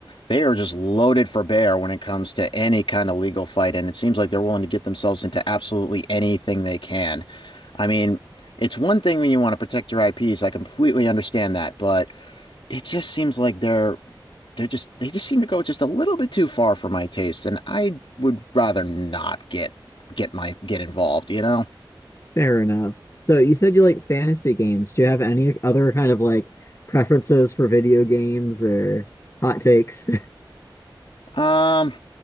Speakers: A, on the left; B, on the left.
A: they are just loaded for bear when it comes to any kind of legal fight, and it seems like they're willing to get themselves into absolutely anything they can. I mean, it's one thing when you want to protect your IPs, I completely understand that, but it just seems like they're they just they just seem to go just a little bit too far for my taste, and I would rather not get get my get involved, you know?
B: Fair enough. So you said you like fantasy games. Do you have any other kind of like preferences for video games or hot takes?
A: Um,